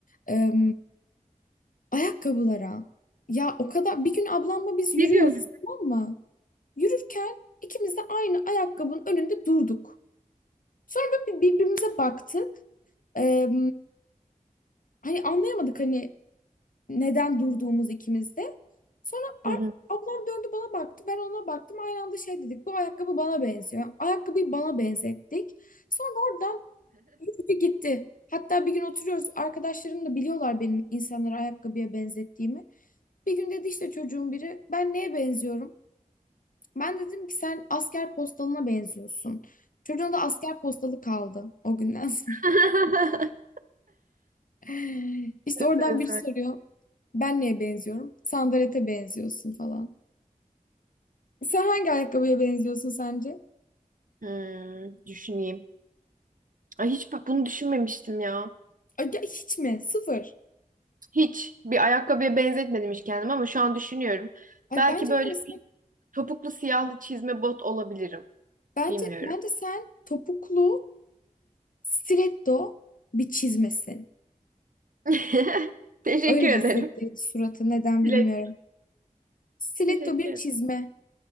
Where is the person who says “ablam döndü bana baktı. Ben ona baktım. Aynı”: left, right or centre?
Left